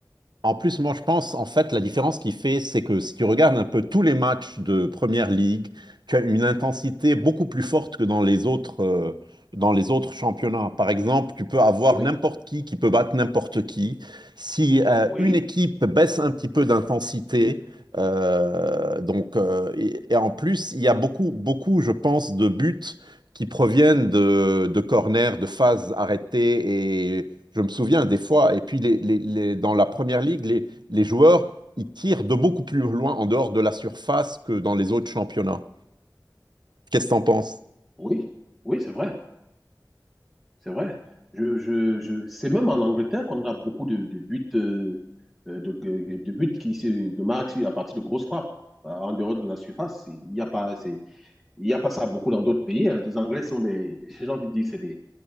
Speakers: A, on the right; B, in the centre.
A: En plus, moi, je pense, en fait, la différence qui fait, c'est que si tu regardes un peu tous les matchs de Première Ligue, tu as une intensité beaucoup plus forte que dans les autres, euh, dans les autres championnats. Par exemple, tu peux avoir
B: Oui,
A: n'importe qui qui peut battre n'importe qui. Si euh,
B: oui,
A: une équipe baisse un petit peu d'intensité, euh, donc, euh, et, et en plus, il y a beaucoup, beaucoup, je pense, de buts qui proviennent de, de corners, de phases arrêtées et je me souviens des fois, et puis les, les- les- dans la première ligue, les, les joueurs, ils tirent de beaucoup plus loin en dehors de la surface que dans les autres championnats. Qu'est-ce que t'en penses?
B: oui, oui, c'est vrai, c'est vrai. Je, je, je... C'est même en Angleterre qu'on a beaucoup de, de buts, euh, de, de, de buts qui se de marquent à partir de grosses frappes, en dehors de la surface. Il n'y a pas, c'est Il n'y a pas ça beaucoup dans d'autres pays. hein. Les Anglais sont des, j'ai envie de dire, c'est des,